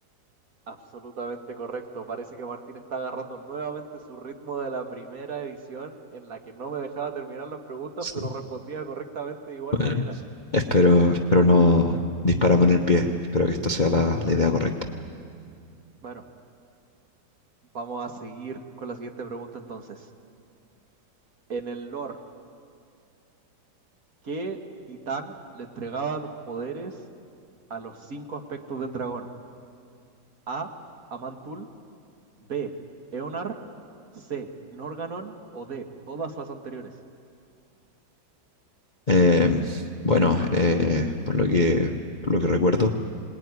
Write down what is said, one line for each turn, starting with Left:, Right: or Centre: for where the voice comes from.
Right: Absolutamente correcto. Parece que Martín está agarrando nuevamente su ritmo de la primera edición en la que no me dejaba terminar las preguntas,
Left: Sí.
Right: pero respondía correctamente de igual
Left: Bueno,
Right: manera.
Left: espero, espero no dispararme en el pie. Espero que esta sea la, la idea correcta.
Right: Bueno, vamos a seguir con la siguiente pregunta entonces. En el lore, ¿qué titán le entregaba los poderes a los cinco aspectos del dragón? A. Amantul, B. Eonar, C. Norganon o D. Todas las anteriores.
Left: Em, bueno, eh, por lo que, por lo que recuerdo.